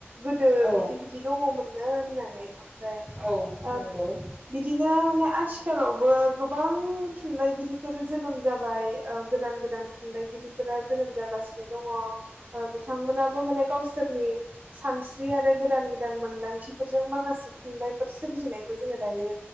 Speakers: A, on the right (about 40°); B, on the right (about 25°).
A: गोदो
B: औ
A: बिदि बिदि दङमोननो होननानै ओमफ्राय ओ
B: औ नंगौ
A: बिदिनो माने आथिख आथिखालावबो गोबां थुनलाइगिरिफोर जोनोम जाबाय ओ गोदान गोदान थुनलाइगिरिफोरा जोनोम जागासिनो दङ बिथांमोनाबो माने गावसोरनि सानस्रि आरो गोदान गोदान मोनदांथिफोरजों माखासे थुनलाइफोर सोरजिनायखौ जोङो दायो